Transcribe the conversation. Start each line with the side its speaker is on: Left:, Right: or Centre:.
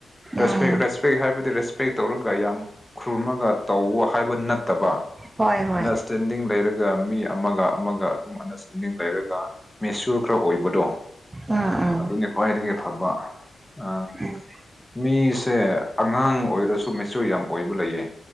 Centre: ꯔꯦꯁꯄꯦꯛ
Right: ꯎꯝ
Centre: ꯁꯄꯦꯛ ꯍꯥꯏꯕꯗꯤ ꯔꯦꯁꯄꯦꯛ ꯇꯧꯔꯒ ꯌꯥꯝ ꯈꯨꯔꯨꯝꯃꯒ ꯇꯧꯑꯣ ꯍꯥꯏꯕ ꯅꯠꯇꯕ
Right: ꯍꯣꯏ ꯍꯣꯏ
Centre: ꯑꯟꯗꯔꯁꯇꯦꯟꯗꯤꯡ ꯂꯩꯔꯒ ꯃꯤ ꯃꯤ ꯑꯃꯒ ꯑꯃꯒ ꯑꯗꯨꯝ ꯑꯟꯗꯔꯁꯇꯦꯟꯗꯤꯡ ꯂꯩꯔꯒ ꯃꯤꯁꯣꯔ ꯈꯔ ꯑꯣꯏꯕꯗꯣ
Right: ꯎꯝ ꯎꯝ
Centre: ꯑꯗꯨꯅꯤ ꯈ꯭ꯋꯥꯏꯗꯒꯤ ꯐꯕ ꯑ
Right: ꯎꯝ
Centre: ꯃꯤꯁꯦ ꯑꯉꯥꯡ ꯑꯣꯏꯔꯁꯨ ꯃꯆꯣꯔ ꯌꯥꯝ ꯑꯣꯏꯕ ꯂꯩꯌꯦ